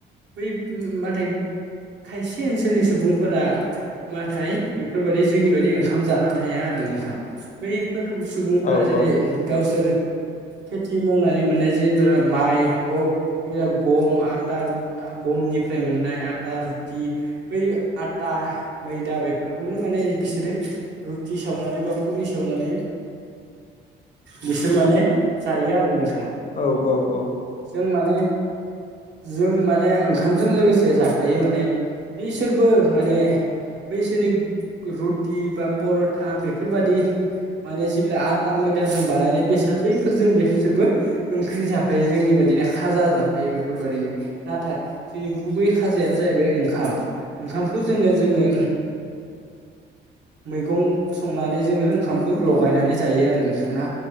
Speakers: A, on the right; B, on the left.
A: बै नाथाय खायसे ओनसोलनि सुबुंफोरा नाथाय बेफोरबायदि जोंनि बायदि ओंखाम जाना थाया आरो नोंथां बै फोर सुबुंफोरा
B: औ
A: जेरै
B: औ
A: गावसोर खेथि मावनानै मोननाय जे माइ औ गम, आथा <unintelligible> गमनिफ्राय मोननाय आटा रुति बै आथा मैदा बे फोरखौनो माने बिसोरो रुटि सावनानै बा फुरि सावनानै बिसोर माने जायो आरो नोंथां।
B: औ- औ- औ-
A: जों माने जों माने ओंखामजों लोगोसे जाफायो माने बिसोरबो माने <unintelligible> रुटि बा पर'था बेफोर बायदि माने जेब्ला आथा मैदा जों बानायनाय बेसाद बैफोरजों बे बिसोरबो ओंख्रि जाफायो जोंनि बायदिनो खाजा जाफायो बेफोरबायदिनो नाथाय जोंनि गुबै खाजायानो जाहैबाय ओंखाम ओंखामखौ जोङो जोङो मैगं संनानै जोङो ओंखामखौ लगायनानै जायो आरो नोंथां ना-